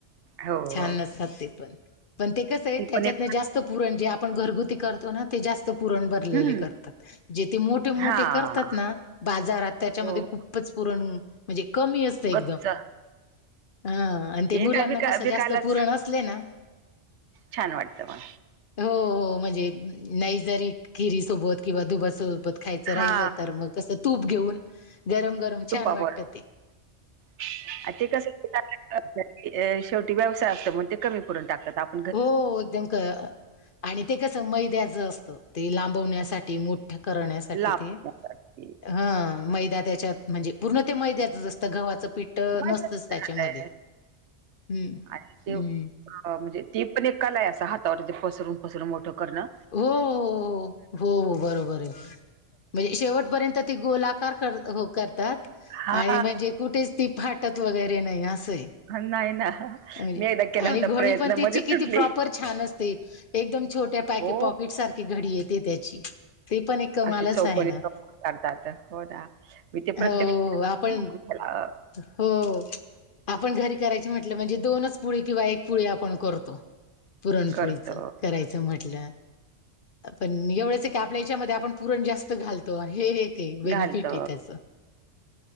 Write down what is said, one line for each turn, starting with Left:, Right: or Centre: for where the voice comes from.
Right: हो
Left: छान नसतातं ते पण. पण, ते कसं आहे
Right: ती
Left: त्याच्यात
Right: पण एक
Left: ना जास्त पुरण जे आपण घरगुती करतो ना ते जास चं पुरण भरलेले
Right: हम्म
Left: करतात. जे ते मोठे
Right: हा.
Left: मोठे करतातं ना बाजारात त्याच्यामध्ये
Right: हो.
Left: खूप पुरण म्हणजे कमी असतयं एकदम,
Right: गच्च
Left: हा. आणि ते मुलांना
Right: काय विका
Left: कसं
Right: विकायलाच
Left: जास्त पुरण असले ना
Right: छान वाटतं मग
Left: हो, हो म्हणजे नाही जरी खिरी सोबत किंवा दुधा सोबत. खायचं राहील
Right: हा.
Left: तर मग कसं तूप घेऊन गरम गरम
Right: तूपा
Left: छान वाटत
Right: बरोबर
Left: ते.
Right: <unintelligible> आणि ते कसं <unintelligible> ए शेवटी व्यवसाय असतं म्हणून ते कमी पुरण टाकतात आप
Left: हो देम क आणि ते कसं मैद्याच असतं. ते लांबवण्यासाठी मोठं करण्यासाठी
Right: लांब
Left: ते
Right: जातात ते.
Left: हं मैदा त्याच्यात म्हणजे पूर्ण ते मैद्याचं असतं गव्हाचं पीठ ट
Right: माहितच
Left: नसतंच त्याच्यामध्ये.
Right: आहे
Left: हम्म,
Right: आणि ते
Left: हम्म.
Right: अ म्हणजे ती पण एक कला हाय असं हातावर ते पसरून पसरून मोठं करणं.
Left: हो, हो, हो, हो, हो, हो बरोबर आहे. म्हणजे शेवटपर्यंत ती गोल आ आकार कर हो करतात
Right: हा
Left: आणि म्हणजे कुठेच ती फाटत वगैरे नाही असं हे.
Right: नाही ना
Left: होय
Right: मी एकदा केला
Left: आणि
Right: होता
Left: घडी
Right: प्रयत्न
Left: पण तिची
Right: मध्येच
Left: किती
Right: सुटली
Left: प्रॉपर छान असते. एकदम छोट्या पॅकी
Right: हो
Left: पॉकेटसारखी घडी येते त्याची. ती पण एक कमालच
Right: अशी चौकणी
Left: आहे ना
Right: चौक करतात हो ना, मी ते प्रत्यक्ष
Left: हो आपण
Right: <unintelligible> अ
Left: हो, आपण घरी कराय ची म्हटलं म्हणजे दोनच पोळी किंवा एकच पोळी आपण करतो पुरणपोळीचा
Right: करत
Left: कराय च म्हटलं पण एवढंच आहे की आपल्या ह्याच्या मध्ये आपण पुरण जास्त घालतो आणि हे हे ते बेनिफिट
Right: घालत
Left: हे त्याचा